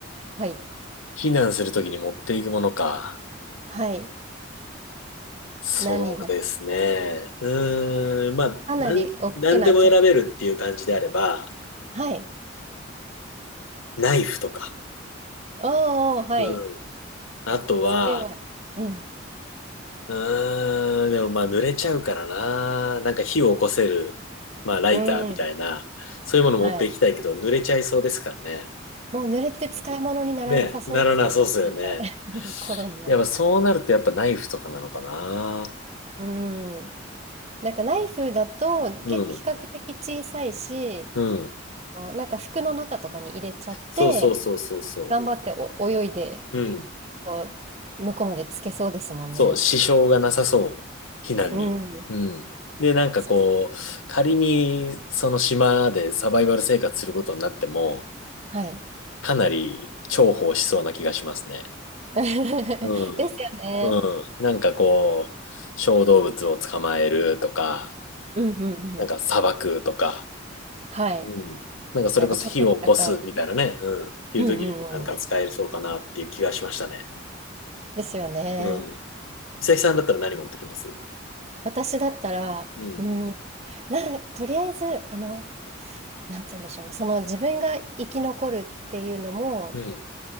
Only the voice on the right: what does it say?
はい。
はい。
何が、
かなり大きな客、
はい。
おーおー、はい。
それは、うん。
うん。
はい。
もう濡れて使い物にならなさそうですよね。
<laughs> 着いた <laughs> 頃には。
うん。なんかナイフだと結構比較的小さいし、
なんか服の中とかに入れちゃって、
頑張ってお泳いで
こう向こうまでつけそうですもんね。
うん。
そう
はい。
<laughs>
ですよね。
うんうんうん。
はい。
なんか取ってきた回。
うんうんうん。ですよね。
私だったら、
うん、な、とりあえず、あの、なんて言うんでしょうね。その自分が生き残るっていうのも、